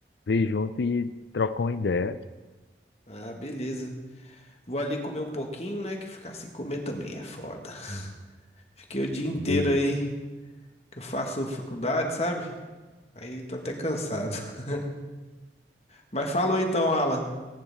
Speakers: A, on the left (about 75°); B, on the left (about 35°).
A: veio junto e trocou uma ideia.
B: Ah, beleza. Vou ali comer um pouquinho, né? Que ficar sem comer também é foda. Fiquei o dia inteiro
A: Beleza.
B: aí que eu faço faculdade, sabe? Aí tô até cansado. <laughs> Mas falou então, Alan.